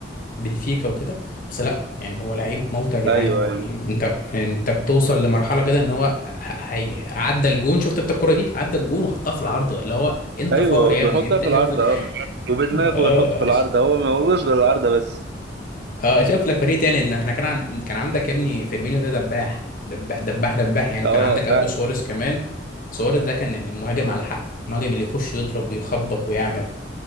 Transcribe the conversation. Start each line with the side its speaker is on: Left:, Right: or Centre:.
Left: بنفيكا وكده بس لا يعني هو لعيب مالطا يا جدعان
Right: ايوه
Left: هو
Right: ايوه
Left: بي... انت انت بتوصل لمرحله كده ان هو هي... عدى الجون شفت انت الكره دي عدى الجون وحطها في العارضه اللي هو انت
Right: ايوه
Left: فقر يا
Right: بيحطها
Left: ابني انت
Right: في
Left: شوف
Right: العارضه
Left: لك
Right: اه
Left: <laughs>
Right: وبدماغه
Left: اه
Right: يحط في العارضه
Left: ش-
Right: هو ما هوش غير العارضه بس
Left: اه شوف لك فريق تاني ان احنا كان عند... كان عندك يا ابني فيرمينيو ده دباح دباح دباح دباح يعني
Right: اه
Left: وكان عندك
Right: فعلا
Left: قبله سواريز كمان سواريز ده كان المهاجم على حق المهاجم اللي يخش يضرب ويخبط ويعمل